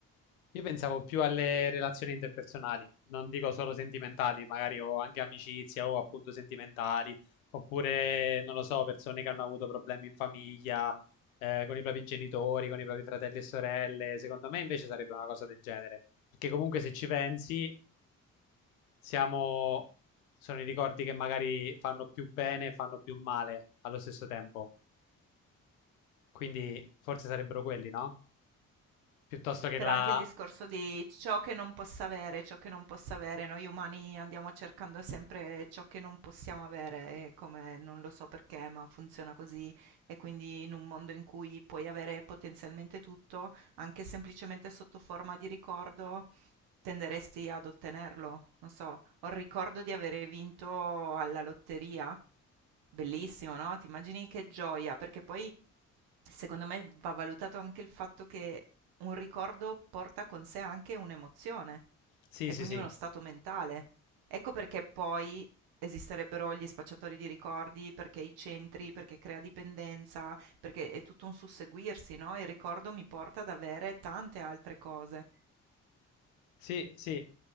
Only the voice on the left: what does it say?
Io pensavo più alle relazioni interpersonali, non dico solo sentimentali, magari ho anche amicizia o appunto sentimentali, oppure non lo so, persone che hanno avuto problemi in famiglia, eh, con i propri genitori, con i propri fratelli e sorelle. Secondo me invece sarebbe una cosa del genere, perché comunque se ci pensi, siamo... sono i ricordi che magari fanno più bene e fanno più male allo stesso tempo. Quindi forse sarebbero quelli, no? Piuttosto che
la...
Sì,
sì,
sì,
sì, sì,